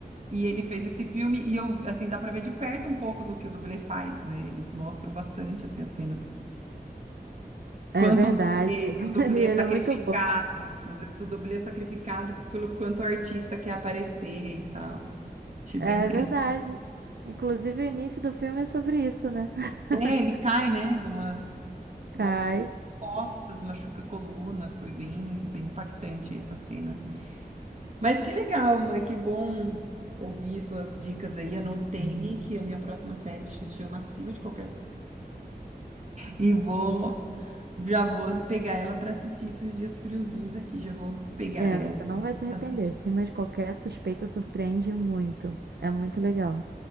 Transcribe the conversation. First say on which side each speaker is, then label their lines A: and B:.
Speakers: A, on the right; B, on the right.
A: e ele fez esse filme e eu assim dá para ver de perto um pouco do que o dublê faz, né? Eles mostram bastante assim as cenas
B: É
A: quanto
B: verdade.
A: o dublê,
B: <laughs>
A: o dublê
B: E
A: é
B: ele
A: sacrificado.
B: é muito bom.
A: Às vezes o dublê é sacrificado pelo quanto o artista quer aparecer e tal. Achei bem
B: É
A: interessante.
B: verdade. Inclusive, o início do filme é sobre isso, né? <laughs>
A: É, ele cai, né, de uma, uma
B: Cai.
A: altura costas, machuca a coluna, foi bem bem impactante essa cena. Mas que legal, Ma, que bom ouvir suas dicas aí. Anotei que a minha próxima série se chama Acima de Qualquer Suspeita. E vou, já vou pegar ela para assistir esses dias friozinhos aqui. Já vou pegar
B: É,
A: ela
B: você não
A: e começar
B: vai se arrepender.
A: a assistir.
B: Acima de qualquer suspeita, surpreende muito. É muito legal.